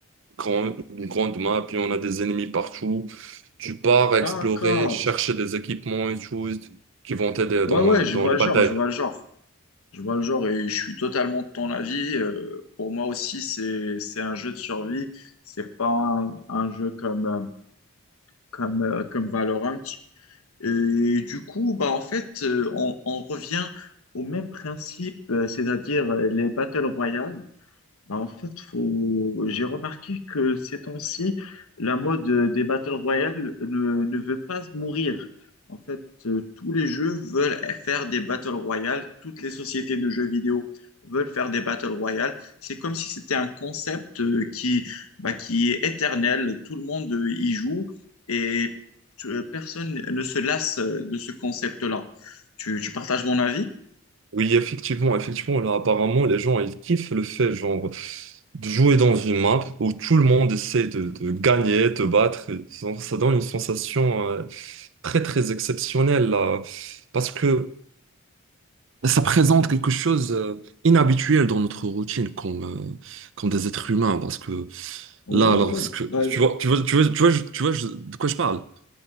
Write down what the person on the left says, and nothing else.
D'accord.
Ouais,
ouais,
je
vois
le
genre, je vois le genre. Je vois le genre et je suis totalement de ton avis. Euh, pour moi aussi, c'est, c'est un jeu de survie. C'est pas un, un jeu comme, euh, comme, euh, comme Valorant. Et du coup, bah, en fait, euh, on, on revient au même principe, euh, c'est-à-dire euh, les Battle Royale. Bah, en fait, faut... j'ai remarqué que ces temps-ci, la mode euh, des Battle Royale ne, ne veut pas mourir. En fait, euh, tous les jeux veulent faire des Battle Royale, toutes les sociétés de jeux vidéo veulent faire des Battle Royale. C'est comme si c'était un concept euh, qui, bah, qui est éternel, tout le monde euh, y joue et euh, personne ne se lasse euh, de ce concept-là. Tu, tu partages mon avis?
Ouais,
ouais. Bah,